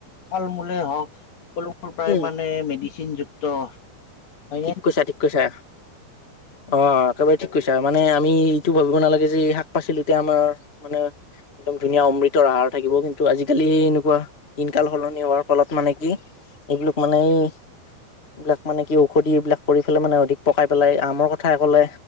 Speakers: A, on the left; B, on the left.
A: ফল মূলেই হওক, সকলোবোৰ
B: উম
A: প্ৰায় মানে মেডিচিন যুক্ত। ত।
B: ঠিক কৈছা, ঠিক কৈছা। অ', একেবাৰে ঠিক কৈচা। মানে আমি এইটো ভাবিব নালাগে যে শাক পাচলিতে আমাৰ মানে একদম ধুনীয়া অমৃতৰ আহাৰ থাকিব, কিন্তু আজিকালি। দিনকাল সলনি হোৱাৰ ফলত মানে কি এইবিলাক মানে এই এইবিলাক মানে কি ঔষধি এইবিলাক কৰি পেলাই, মানে অধিক পকাই পেলাই আমৰ কথাই ক'লে।